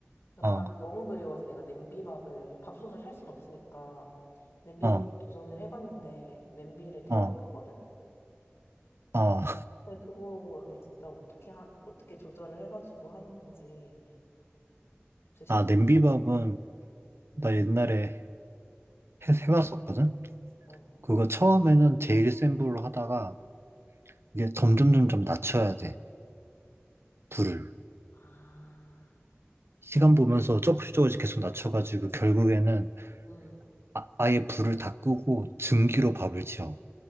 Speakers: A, on the left; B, on the right.
A: 근데
B: 어,
A: 밥이 너무 그리워서 내가 냄비밥을 밥솥을 살 순 없으니까 냄비밥
B: 어,
A: 도전을 해봤는데 냄비를 태워먹거든?
B: 어, 어.
A: 근데 그거를 진짜 어떻게 하, 어떻게 조절을 해가지고 하는 건지 진짜 신기해.
B: 아, 냄비밥은 나 옛날에 해, 해봤었거든?
A: 어.
B: 그거 처음에는 제일 센 불로 하다가 이게 점점 점점 낮춰야 돼. 불을.
A: 아,
B: 시간 보면서 조금씩 조금씩 계속 낮춰가지고 결국에는
A: 응.
B: 아, 아예 불을 다 끄고 증기로 밥을 지어.